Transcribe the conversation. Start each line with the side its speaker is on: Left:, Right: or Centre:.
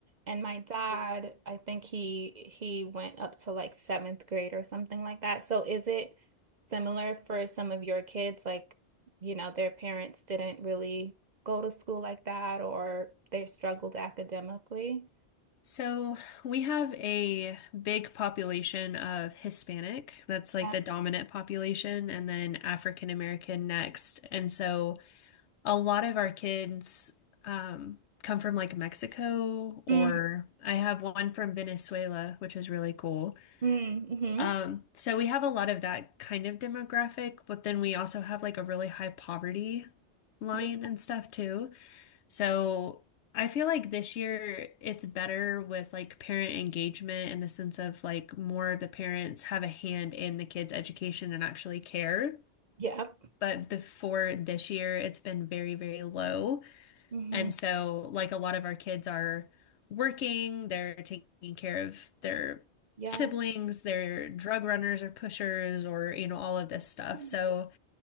Right: And my dad, I think he he went up to like seventh grade or something like that. So is it similar for some of your kids? Like, you know, their parents didn't really go to school like that or they struggled academically?
Left: So we have a big population of Hispanic. That's like
Right: Yeah.
Left: the dominant population, and then African American next. And so a lot of our kids um, come from like Mexico, or
Right: Mm,
Left: I have one from Venezuela, which is really cool.
Right: mm, mhm.
Left: Um, so we have a lot of that kind of demographic, but then we also have like a really high poverty line
Right: Yeah.
Left: and stuff too. So I feel like this year it's better with like parent engagement in the sense of like more of the parents have a hand in the kids' education and actually care.
Right: Yep.
Left: But before this year, it's been very, very low.
Right: Mhm.
Left: And so, like, a lot of our kids are working, they're taking care of their
Right: Yeah.
Left: siblings, they're drug runners or pushers, or, you know, all of this stuff.
Right: Mhm.
Left: So,